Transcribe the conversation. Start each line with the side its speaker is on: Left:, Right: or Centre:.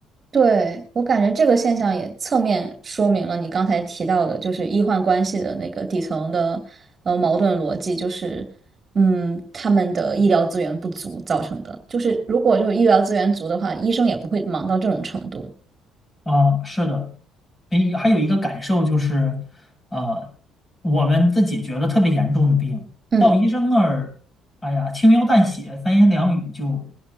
Right: 对，我感觉这个现象也侧面说明了你刚才提到的，就是医患关系的那个底层的呃矛盾逻辑，就是嗯，他们的医疗资源不足造成的。就是如果就是医疗资源足的话，医生也不会忙到这种程度。
Left: 啊，是的，诶，还有一个感受就是，呃，我们自己觉得特别严重的病，
Right: 嗯
Left: 到医生那儿，哎呀，轻描淡写，三言两语就